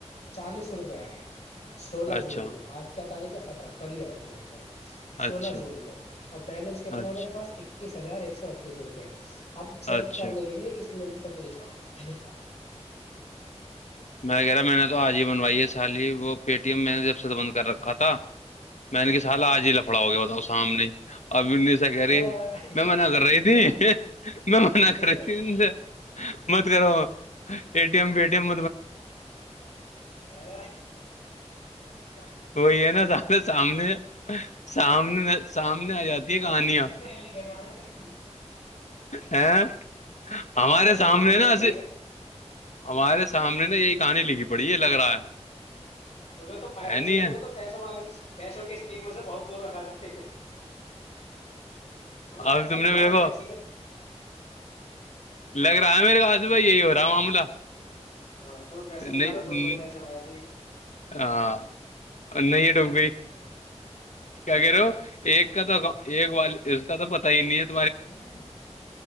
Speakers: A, on the left; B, on the left.
A: چالیس روپئے آئے سولہ
B: اچھا
A: جون کو آج کیا تاریخ سترہ کلی آئے تھے بھائی صاحب سولہ
B: اچھا
A: جون کو اور بیلنس کتنا
B: اچھا
A: ہے میرے پاس ایک س ہزار ایک سو اڑتیس روپئے اب چیک
B: اچھا
A: کرنے کے لیے اس لنک کلک کروپ
B: میں کہہ رہا میں نے تو آج ہی بنوائی ہے سالی وہ پےٹی ایم میں نے جب سے تو بند کر رکھا تھا میں نے کہ سال
A: اه
B: آج ہی لفڑا ہو گیا بتاؤ سامنے ہی اور ابی سا کہہ رہی
A: آه.
B: میں منع کر رہی تھی
A: تم
B: میں منع
A: ارے
B: کر رہی تھی ان سے مت کرو ایٹی ایم بیٹیم
A: یر
B: بہار کی اوج عا رہی ہے وہئی ہے نا ز سامنے سامنے آ جاتی
A: تہارے
B: ہے کہانیاں
A: نشب میں ل کہ بازے ٹھیک
B: ہاں ہمارے
A: نصیب
B: سامنے
A: بلند
B: ناے
A: نہیں ہے
B: ہمارے سامنے نا یہی کہانی لکھی پڑی یہ لگ رہا ہے
A: تمہیں تو فس
B: ہے نہیں ہے
A: تمیں تو پیسوں والے پیسوں کی اسکیموں سے بہت دور رکھا تھا بہار کی اوج عا رہی ہے تمہیں
B: ا
A: پیسہ
B: تم
A: دکھانا
B: نے وھو
A: بھی اچھی ہے
B: لگ رہا ہے میرے خاس بھائی یہی ہو رہا ہے معاملہ
A: ہاں تومہیں پیسے
B: نہیں
A: دکھا دو تو بھائی ٹینشن ہو جاتی ہےی
B: ہاں نہیں ڈوب گئی کیا کہ رہ ہو ایک کا تو ایک وال اس کا تو پ <unintelligible>
A: ہ